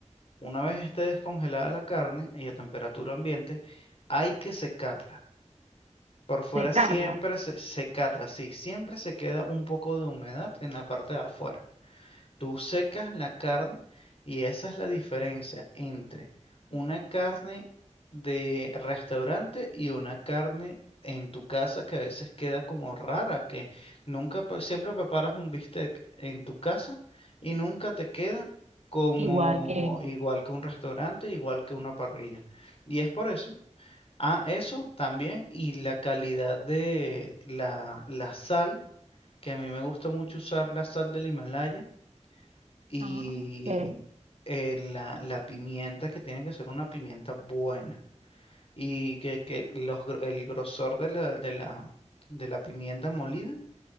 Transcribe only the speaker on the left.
una vez esté descongelada la carne y a temperatura ambiente, hay que secarla. Por fuera
siempre
se- secarla, sí, siempre se queda un poco de humedad en la parte de afuera. Tú secas la carne y esa es la diferencia entre una carne de restaurante y una carne en tu casa que a veces queda como rara, que nunca, pre- siempre preparas un bistec en tu casa y nunca te queda como
igual que un restaurante, igual que una parrilla. Y es por eso. Ah, eso también y la calidad de la, la sal, que a mí me gusta mucho usar la sal del Himalaya y
eh, la, la pimienta que tiene que ser una pimienta buena y que, que los gro- el grosor de la, de la, de la pimienta molida